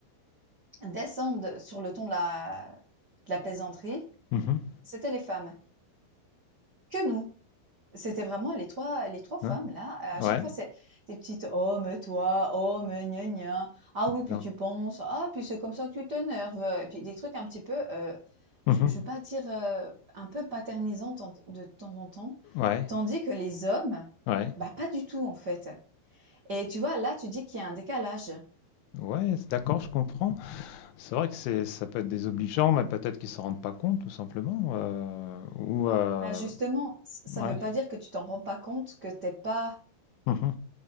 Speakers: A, on the right (about 75°); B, on the left (about 80°).
A: Descendent sur le ton de la de la plaisanterie,
B: Mmh
A: c'était les femmes, que nous. C'était vraiment les trois, les 3 femmes
B: Hein?
A: là, à
B: Ouais,
A: chaque fois c'est des petites: «Oh mais toi, oh mais gna gna, ah
B: d'accord.
A: oui puis tu penses, ah puis c'est comme ça que tu t'énerves, et puis des trucs un petit peu, heu,
B: Mmh
A: je
B: mh.
A: je veux pas dire, heu, un peu paternisants tant de temps en temps.
B: Ouais,
A: Tandis que les hommes,
B: ouais.
A: bah, pas du tout en fait. Et tu vois, là, tu dis qu'il y a un décalage.
B: Ouais, c d'accord, je comprends. C'est vrai que c'est ça peut être désobligeant, mais peut-être qu'ils s'en rendent pas compte tout simplement, heu, ou heu,
A: Bah, justement, ç ça
B: ouais.
A: veut pas dire que tu t'en rends pas compte, que t'es pas
B: Mmh